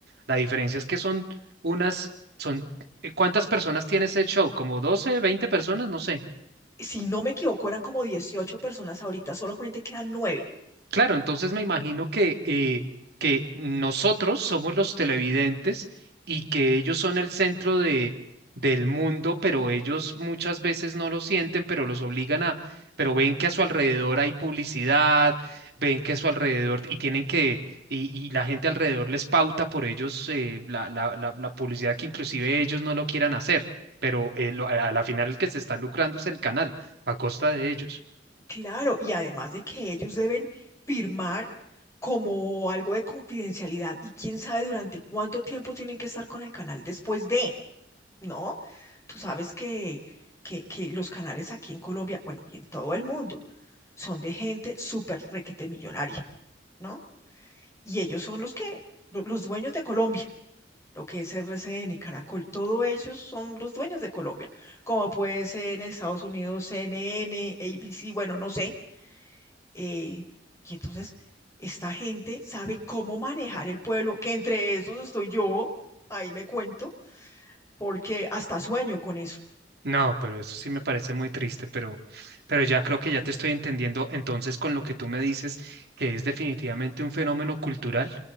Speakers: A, on the right; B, on the left.
A: La diferencia es que son unas, son, eh, ¿cuántas personas tiene
B: Mm.
A: ese show? ¿Como 12 20 personas? No sé.
B: si no me equivoco, eran como dieciocho personas ahorita, solamente quedan nueve.
A: Claro, entonces me imagino que, eh, que nosotros somos los televidentes y que ellos son el centro de, del mundo, pero ellos muchas veces no lo sienten, pero los obligan a, pero ven que a su alrededor hay publicidad, ven que a su alrededor y tienen que, y, y la gente alrededor les pauta por ellos eh, la, la, la, la publicidad que inclusive ellos no lo quieran hacer, pero eh, lo- a a la final el que se está lucrando es el canal a costa de ellos.
B: Claro, y además de que ellos deben firmar como algo de confidencialidad y quién sabe durante cuánto tiempo tienen que estar con el canal después de, ¿no? Tú sabes que, que, que los canales aquí en Colombia, bueno, y en todo el mundo, son de gente súper requete millonaria, ¿no? Y ellos son los que, lo- los dueños de Colombia, lo que es RCN y Caracol, todos ellos son los dueños de Colombia, como puede ser en Estados Unidos, CNN, ABC, bueno, no sé eh, y entonces esta gente sabe cómo manejar el pueblo, que entre esos estoy yo, ahí me cuento, porque hasta sueño con eso.
A: No, pero eso sí me parece muy triste, pero, pero ya creo que ya te estoy entendiendo entonces con lo que tú me dices, que es definitivamente un fenómeno cultural.